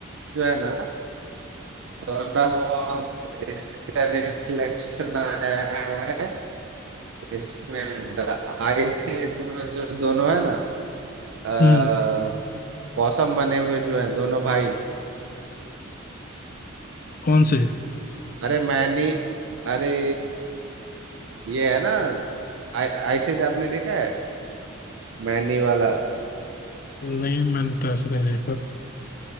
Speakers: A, on the right; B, on the left.
A: जो है ना थोड़ा बहुत इसका रिफ्लेक्शन आया है इसमें द आइसिस में जो दोनों है ना अ,
B: हम्म
A: पॉसम बने हुए जो है दोनों भाई
B: कौन से
A: अरे मैनी अरे ये है ना आ, आइसिस आपने देखा है मैनी वाला
B: नहीं मैंने तो ऐसे नहीं देखा